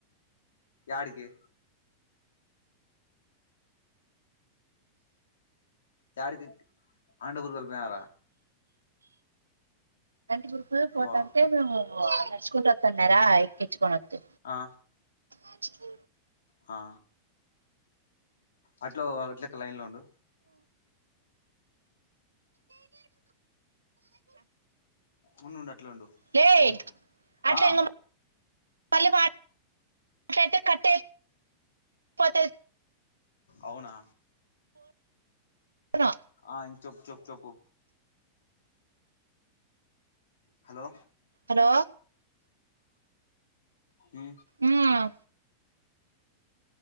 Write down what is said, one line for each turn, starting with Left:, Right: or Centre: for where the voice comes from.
Left: యాడికి చాడి జి పి టి ఆండ గురుగమార
Right: బుడూకె పోతాంటే
Left: బా
Right: మేము నడుచుకుంట వత్తన్నారా ఎక్కించుకొని వత్తు
Left: ఆ
Right: ఆజ్కు
Left: ఆ అట్లూ అట్లక లైన్ లో ఉండు ఉండు ఉండు ఆటే ట్లుండు
Right: లే
Left: ఫోన్ చే
Right: అట్లా
Left: ఆ
Right: ఇంక మళ్ళీ మా యెట్టి కట్టేయ్ పొతది
Left: అవునా
Right: ఫోను
Left: ఆ ఇం చెప్పు చాప్ చెప్పూ హలో
Right: హలో
Left: ఉ
Right: ఉమ్